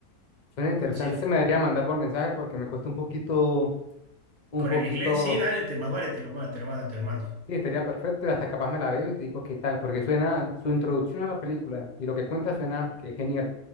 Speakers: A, on the left; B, on the right.
A: Suena interesante.
B: Jeff
A: Se me debería mandar por mensaje porque me cuesta un poquito, un
B: Con
A: poquito.
B: el inglés, sí, dale, te, más vale, te lo, ma- te lo mando, te lo mando.
A: Sí, estaría perfecto y hasta capaz me la veo y te digo qué tal, porque suena su introducción a la película y lo que cuenta suena que es genial.